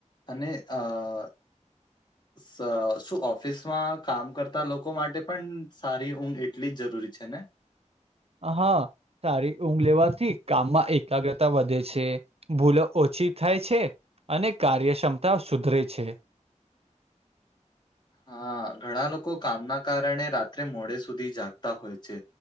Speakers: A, on the left (about 35°); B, on the right (about 50°).
A: અને અહ સ શું ઓફિસમાં કામ કરતા લોકો માટે પણ સારી ઊંઘ એટલી જ જરૂરી છે ને?
B: હા. સારી ઊંઘ લેવાથી કામમાં એકાગ્રતા વધે છે. ભૂલો ઓછી થાય છે, અને કાર્યક્ષમતા સુધરે છે.
A: હા. ઘણા લોકો કામના કારણે રાત્રે મોડે સુધી જાગતા હોય છે.